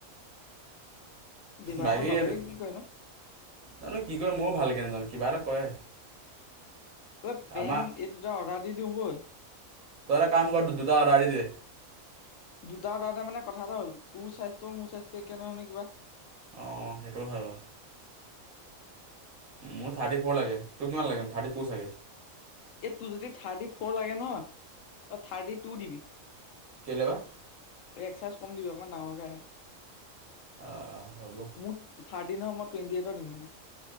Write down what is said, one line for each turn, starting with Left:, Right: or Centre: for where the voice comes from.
Left: দেৱাহঁতৰ
Right: বাকী'-
Left: বাপেকে কি কৰেনো
Right: জানো কি কৰে ময়ও ভালকৈ নাজানো, কিবা এটা কৰে।
Left: ঐ পেণ্ট
Right: আমাৰ
Left: এই দুটা অৰ্ডাৰ দি দিওঁ গৈ।
Right: তই এটা কাম কৰ দুটা অৰ্ডাৰ দি দে।
Left: দুটা অৰ্ডাৰতে মানে কথা এটা হ'ল, তোৰ স্থ্যছ মোৰ স্থ্যছটো একেই নহয়, নহয় কিবা।
Right: অঁ, সেইটো হয় বাৰু। মোৰ থাৰ্টি ফ'ৰ লাগে। তোক কিমান লাগে থাৰ্টি টু চাগে?
Left: এ' তোৰ যদি থাৰ্টি ফ'ৰ লাগে ন' তই থাৰ্টি টু দিবি।
Right: কেলেই বাঃ?
Left: এক্স চাইজ কম দিবি অকণমান ডাঙৰকে আহে।
Right: অহ', - অহ', - হ'ব।
Left: মোৰ থাৰ্ডিনৰ মই টুৱেণ্টি এটা দিম মানে।